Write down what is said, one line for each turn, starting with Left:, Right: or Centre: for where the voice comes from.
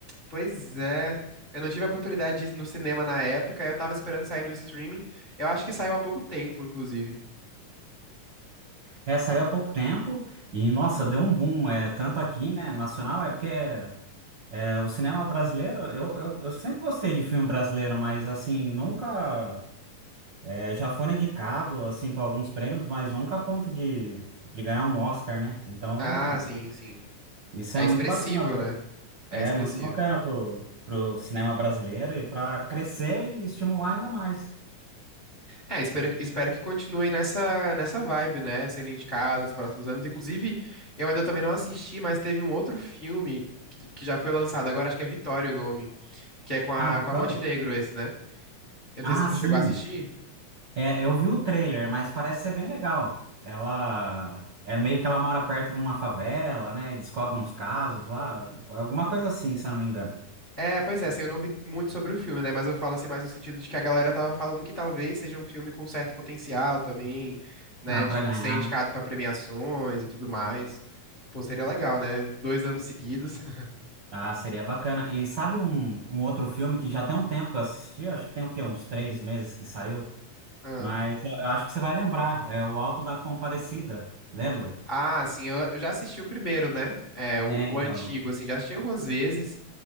Left: Pois é. Eu não tive a oportunidade de ir no cinema na época, eu tava esperando sair no streaming. Eu acho que saiu há pouco tempo, inclusive.
Right: É, saiu há pouco tempo e, nossa, deu um boom. É, tanto aqui, né, nacional, é porque é, o cinema brasileiro, eu, eu, eu sempre gostei de filme brasileiro, mas, assim, nunca... é, já foram indicado, assim, para alguns prêmios, mas nunca a ponto de, de ganhar um Oscar, né? Então,
Left: Ah, sim, sim.
Right: isso
Left: É
Right: é muito
Left: expressivo,
Right: bacana, pô.
Left: né?
Right: É
Left: É expressivo.
Right: muito bacana pro, pro cinema brasileiro e para crescer e estimular ainda mais.
Left: É, espero, espero que continue nessa, nessa vibe, né? Sendo indicado nos próximos anos. Inclusive, eu ainda também não assisti, mas teve um outro filme que, que já foi lançado agora, acho que é Vitória o nome, que é com a,
Right: Ah, Vitória?
Left: com a Montenegro esse, né? Eu
Right: Ah,
Left: não sei se você
Right: sim.
Left: chegou a assistir.
Right: É, eu vi o trailer, mas parece ser bem legal. Ela é meio que ela mora perto de uma favela, né? E descobre uns casos lá, alguma coisa assim, se eu não me engano.
Left: É, pois é, assim, eu não vi muito sobre o filme, né? Mas eu falo assim mais no sentido de que a galera tava falando que talvez seja um filme com certo potencial também, né?
Right: Ah, pra
Left: De
Right: ganhar,
Left: ser indicado
Right: né?
Left: pra premiações e tudo mais. Pô, seria legal, né? Dois anos seguidos. <laughs>
Right: Ah, seria bacana. E sabe um, um outro filme que já tem um tempo que eu assisti? Acho que tem o quê? Uns três meses que saiu.
Left: Ah,
Right: Mas eu acho que você vai lembrar. É o Alto da Compadecida. Lembra?
Left: Ah, assim, eu, eu já assisti o primeiro, né? É, o,
Right: É,
Left: o
Right: então.
Left: antigo, assim, já assisti algumas vezes.